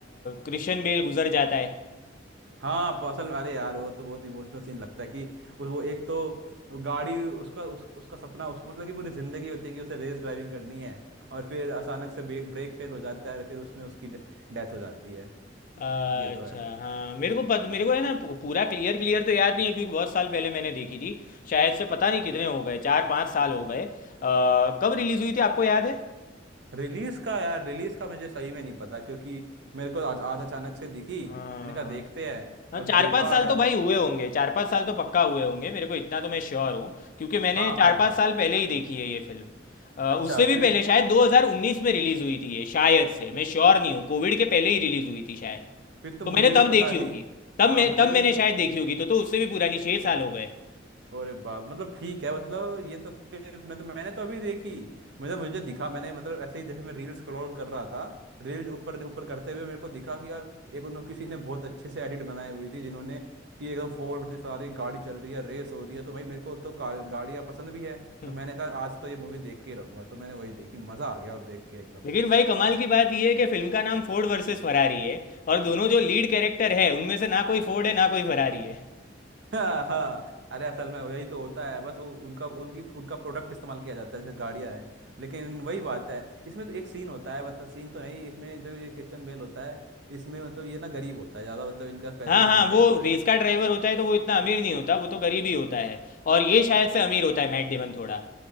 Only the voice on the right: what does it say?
हाँ प- असल अरे यार वो तो बहुत इमोशनल सीन लगता है कि वो वो एक तो वो गाड़ी उसका उस, उसका सपना उसको मतलब कि पूरी जिंदगी होती है कि उसे रेस ड्राइविंग करनी है और फिर अचानक से ब्रेक ब्रेक फेल हो जाता है फिर उसमें उसकी डेथ हो जाती है
ये तो है
रिलीज का यार रिलीज का मुझे सही में नहीं पता क्योंकि मेरे को आज आज अचानक से दिखी
मैंने कहा देखते हैं
और
देखा
यार
हाँ
हाँ
हाँ
अच्छा
फिर
फिर तो
मुझे
भी
पता नहीं
हाँ मुझे
भी नहीं
अरे बाप मतलब ठीक है मतलब ये तो फिर मैं तो मैंने तो अभी देखी मतलब मुझे दिखा मैंने मतलब ऐसे ही जैसे मैं रील स्क्रॉल कर रहा था रील ऊपर ऊपर करते हुए मेरे को दिखा कि यार एक उन्होंने किसी ने बहुत अच्छे से एडिट बनाई हुई थी जिन्होंने कि एकदम फोर्ड वर्सेस फरारी गाड़ी चल रही है रेस हो रही है तो भाई मेरे को तो कार गाड़ियाँ पसंद भी है
तो मैंने कहा आज तो ये मूवी देख के ही रहूंगा तो मैंने वही देखी मजा आ गया और देख के एकदम
हाँ हाँ अरे असल में यही तो होता है बस वो उनका उनकी उनका प्रोडक्ट इस्तेमाल किया जाता है जैसे गाड़ियाँ हैं लेकिन वही बात है इसमें तो एक सीन होता है मतलब सीन तो नहीं इसमें जो ये क्रिश्चियन बेल होता है इसमें मतलब ये ना गरीब होता है ज़्यादा मतलब इनका पैसे
नहीं
होते